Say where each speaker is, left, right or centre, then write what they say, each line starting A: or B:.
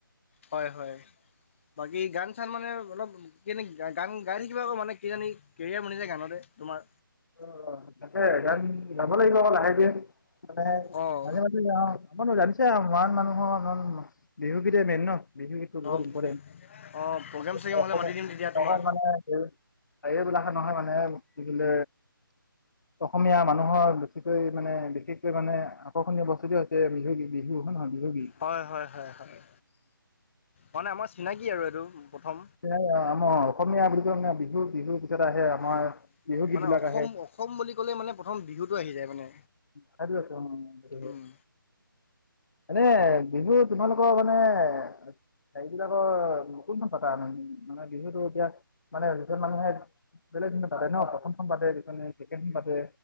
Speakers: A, on the left (about 35°); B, on the left (about 55°).
A: হয় হয়, বাকী গানছ- তাৰমানে অলপ এনেই গান গাই থাকিবা আকৌ মানে কিজানী কেৰিয়াৰ বনি যায় গানতে তোমাৰ।
B: ৰ ৰ তাকে গান গাব লাগিব আকৌ লাহে ধীৰে মানে
A: অঁ
B: মাজে মাজে কি গাও, মই নো জানিছ আও মৰাণ মানুহৰ বিহু গীতেই মেইন ন। বিহুগীতটো বহুত
A: অঁ
B: ইম্পৰ্টেণ্ট
A: অঁ প্ৰগ্ৰেম চগ্ৰেম
B: অসম
A: হ'লে মাতি দিম তেতিয়া তোমাক
B: অসম মানে <unintelligible> এইবিলাকে নহয় মানে কি বলে। অসমীয়া মানুহৰ বেছিকৈ মানে বিশেষকৈ মানে আকৰ্ষণীয় বস্তুটো হৈছে বিহু গী, বিহু হয় নহয় বিহু গী।
A: হয়, হয় হয় হয় মানে আমাৰ চিনাকি আৰু এইটো প্ৰথম।
B: আমাৰ অসমীয়া বুলি কলে মানে বিহু, বিহুৰ পিছত আহে আমাৰ
A: অঁ
B: বিহু
A: মানে
B: গীত বিলাক
A: অসম
B: আহে।
A: অসম বুলি ক'লে মানে প্ৰথম বিহুটো আহি যায় মানে।
B: সেইটোৱে ত অ সেইটো হয়।
A: উম
B: এনে বিহু তোমালোকৰ মানে সেইবিলাকৰ কোন খন পাতা, মানে বিহুতো এতিয়া মানে যিজন মানুহে বেলেগ, বেলেগ পাতে ন, প্ৰথমখন বাদ দি কেনে ছেকেণ্ড খন পাতে।